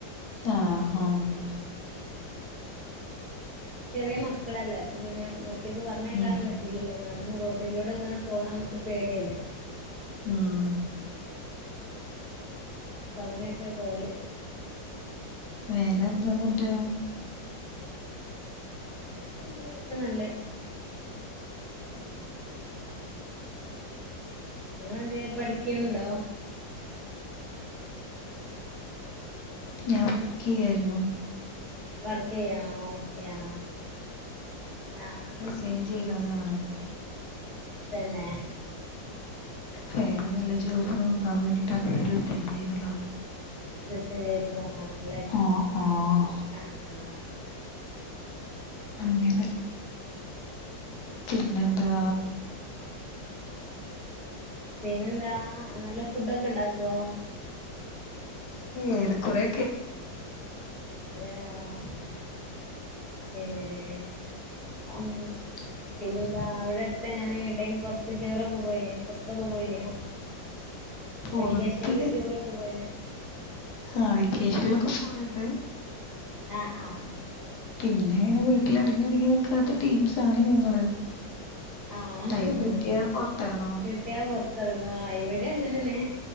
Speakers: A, on the left; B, in the centre.
A: ആഹ് ആഹ്
B: ചെറിയ മക്കളല്ലേ അപ്പൊ പിന്നെ ഒറ്റയ്ക്ക് പറഞ്ഞയക്കാനും
A: ഉം
B: പറ്റൂലല്ലോ നടന്ന് റോട്ടിലൂടെ ഇങ്ങനെ പോണ നമ്മക്ക് പേടിയല്ലേ
A: ഉം
B: പ്പ അങ്ങനെക്കെ പോവല്
A: വേറെന്താ ന്നട്ട്
B: വേറെ എന്ത് ഒക്കെ നല്ലെ ങ്ങളെന്തെ പഠിക്ക്ണ്ണ്ടോ
A: ഞാൻ വർക്കെയ്യായിരുന്നു
B: വർക്കെയ്യണോ ഓക്കേ ആഹ് ആഹ് ആഹ്
A: സെെൻ ചെയ്തതാണ്
B: തന്നെ?
A: വേറെ നല്ല ജോബ് നോക്കാൻ വേണ്ടീട്ട് അങ്ങനെ റിസൈൻ ചെയ്തതാ
B: <unintelligible> പോന്നതണല്ലേ
A: ആഹ് ആഹ്
B: ആഹ് ആഹ്
A: അങ്ങനെ പിന്നെന്താ?
B: പിന്നെന്താ നല്ല ഫുഡൊക്കെ ഇണ്ടാക്കോ?
A: ഏറെ കുറെക്കെ
B: <unintelligible>
A: <inaudible>
B: പിന്താ അവിടെ അടുത്ത് എങ്ങാനെങ്ങിട്ടേ പുറത്ത് ടൂറൊക്കെ പോയിനോ പൊറത്തൊക്കെ പോയിനോ?
A: പൊറത്ത്
B: വെക്കേഷനിൽ ടൂറൊക്കെ പോയിനോ
A: ആഹ് വെക്കേഷൻലക്കെ പോകല്ണ്ട്
B: ആഹ് ആഹ്
A: പിന്നെ അങ്ങനെ വീട്ടിലടങ്ങിതുങ്ങി നക്കാത്ത ടീംസ് ആണ് ഞങ്ങള്
B: ആഹ്
A: ടൈം കിട്ടിയാ പുറത്തിറങ്ങും
B: കിട്ടിയ പൊറ ത്തെറങ്ങ ഇവിടെ അങ്ങനെന്നെ